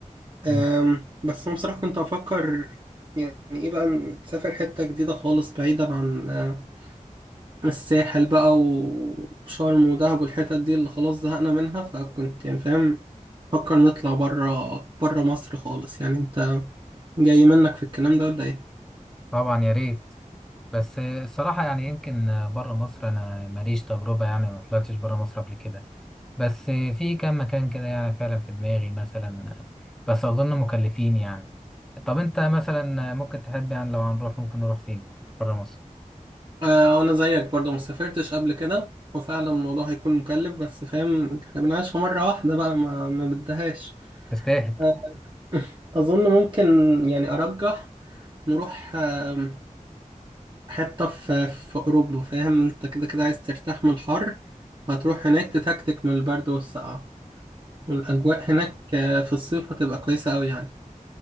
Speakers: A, in the centre; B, on the right (about 35°).
A: يم-
B: أم بس انا بصراحة كنت افكر يعني ايه بقى نسافر حتة جديدة خالص بعيدا عن آه، الساحل بقى و- وشرم ودهب والحتت دي اللي خلاص زهقنا منها فكنت يعني فاهم فكر نطلع برا برا مصر خالص يعني انت جاي منك في الكلام ده ولا ايه؟
A: طبعا يا ريت بس آه، الصراحة يعني يمكن آه، بره مصر انا ماليش تجربة يعني ما طلعتش بره مصر قبل كده بس آه، في كام مكان كده يعني فعلا في دماغي مثلا آه، بس اظن مكلفين يعني طب انت مثلا آه، ممكن تحب يعني لو هنروح ممكن نروح فين بره مصر
B: آه، انا زيك برضو ما سافرتش قبل كده وفعلا الموضوع هيكون مكلف بس فاهم احنا بنعيشها مرة واحدة بقى ما ما بدهاش
A: تستاهل
B: آه، اظن ممكن يعني ارجح نروح آم، حتة في في اوروبا فاهم انت كده كده عايز ترتاح من الحر هتروح هناك تتكتك من البرد والسقعة والاجواء هناك آه، في الصيف هتبقى كويسة قوي يعني